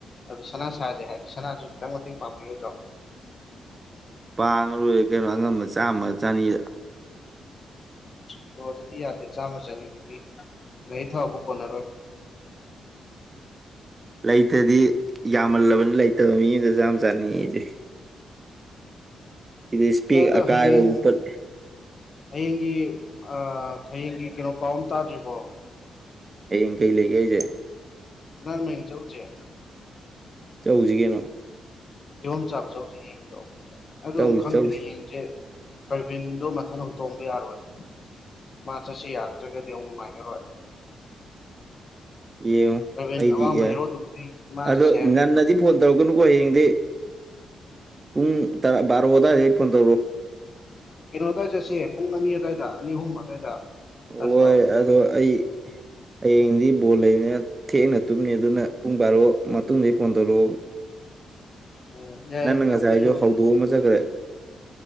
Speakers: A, on the left (about 50°); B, on the right (about 35°).
A: ꯑꯗꯣ ꯁꯅꯥ ꯁꯥꯁꯦ ꯍꯥꯏꯔꯗꯤ ꯁꯅꯥꯁꯨ ꯈꯤꯇꯪ ꯃꯇꯦꯡ ꯄꯥꯡꯕꯤꯔꯣꯏꯗ꯭ꯔꯣ
B: ꯄꯥꯡꯉꯂꯣꯏꯔꯦ ꯀꯩꯅꯣ ꯑꯉꯝꯕ ꯆꯥꯝꯃ ꯆꯅꯤꯗ
A: ꯕ꯭ꯔꯣ ꯑꯗꯨꯗꯤ ꯌꯥꯗꯦ ꯆꯥꯝꯃ ꯆꯅꯤꯗꯨꯗꯤ ꯒꯥꯔꯤ ꯊꯥꯎꯕꯥꯎ ꯀꯣꯟꯅꯔꯣꯏ
B: ꯂꯩꯇ꯭ꯔꯗꯤ ꯌꯥꯝꯃꯜꯂꯕꯅꯤ ꯂꯩꯇꯕ ꯃꯤ ꯑꯃꯗ ꯆꯥꯝ ꯆꯥꯅꯤꯑꯁꯦ ꯏꯁꯄꯦꯛ
A: ꯑꯦꯗꯣ
B: ꯑꯀꯥꯏꯕ
A: ꯍꯌꯦꯡ
B: ꯎꯞꯄꯠ
A: ꯍꯌꯦꯡꯒꯤ ꯑ ꯍꯌꯦꯡꯒꯤ ꯀꯩꯅꯣ ꯄꯥꯎ ꯑꯃ ꯇꯥꯗ꯭ꯔꯤꯕꯣ
B: ꯍꯌꯦꯡ ꯀꯩ ꯂꯩꯒꯦ ꯍꯥꯏꯁꯦ
A: ꯐꯨꯅꯥꯜ ꯃꯔꯤꯡ ꯆꯠꯂꯨꯁꯦ
B: ꯆꯧꯁꯤ ꯀꯩꯅꯣ
A: ꯀꯤꯍꯣꯝ ꯆꯥꯕ ꯆꯧꯁꯦ ꯍꯌꯦꯡꯗꯣ ꯑꯗꯣ
B: ꯆꯧꯁꯤ
A: ꯑꯃꯨꯛ ꯈꯪꯗꯦ
B: ꯆꯧꯁꯤ
A: ꯍꯌꯦꯡꯁꯦ ꯄꯔꯕꯤꯟꯗꯣ ꯃꯊꯟ ꯍꯨꯟꯇꯣꯛꯑꯝꯕ ꯌꯥꯔꯣꯏ ꯃꯥ ꯆꯠꯁꯤ ꯌꯥꯔꯛꯇ꯭ꯔꯒꯗꯤ ꯑꯃꯨꯛ ꯅꯨꯡꯉꯥꯏꯅꯔꯣꯏ
B: ꯌꯦꯉꯣ
A: ꯔꯕꯤꯟ
B: ꯑꯩꯗꯤ
A: ꯑꯋꯥꯡꯕ
B: ꯌꯥꯏ
A: ꯍꯦꯔꯣꯗꯨꯕꯨꯗꯤ ꯃꯥ
B: ꯑꯗꯣ
A: ꯆꯠꯁꯦ ꯍꯥꯏꯕꯅꯦꯕ
B: ꯉꯟꯅꯗꯤ ꯐꯣꯟ ꯇꯧꯔꯛꯀꯅꯨꯀꯣ ꯍꯌꯦꯡꯗꯤ ꯄꯨꯡ ꯇꯔꯥ ꯕꯥꯔꯣ ꯑꯗꯨꯗꯥꯋꯥꯏꯗ ꯐꯣꯟ ꯇꯧꯔꯛꯑꯣ
A: ꯀꯩꯅꯣ ꯑꯗꯨꯋꯥꯏ ꯆꯠꯁꯦ ꯄꯨꯡ ꯑꯅꯤ ꯑꯗꯨꯋꯥꯏꯗ ꯑꯅꯤ ꯑꯍꯨꯝ ꯑꯗꯨꯋꯥꯏꯗ ꯇꯟꯕ꯭ꯔꯣ
B: ꯍꯣꯏ ꯑꯗꯣ ꯑꯩ ꯍꯌꯦꯡꯗꯤ ꯕꯣꯜ ꯂꯩꯕꯅꯤꯅ ꯊꯦꯅ ꯇꯨꯝꯅꯤ ꯑꯗꯨꯅ ꯄꯨꯡ ꯕꯥꯔꯣ ꯃꯇꯨꯡꯗꯩ ꯐꯣꯟ ꯇꯧꯔꯛꯑꯣ
A: ꯎꯝ ꯌꯥꯏ
B: ꯅꯪꯅ
A: ꯑꯗꯨ
B: ꯉꯁꯥꯏ
A: ꯑꯩꯈꯣꯏꯁꯨ
B: ꯑꯩꯁꯨ ꯍꯧꯗꯣꯛꯑꯝꯃ ꯆꯠꯈ꯭ꯔꯦ